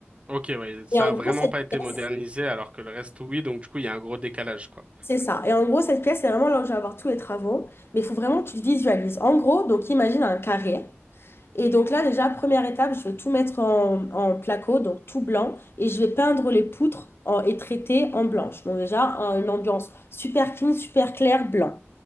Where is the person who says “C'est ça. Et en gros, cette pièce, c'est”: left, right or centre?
Left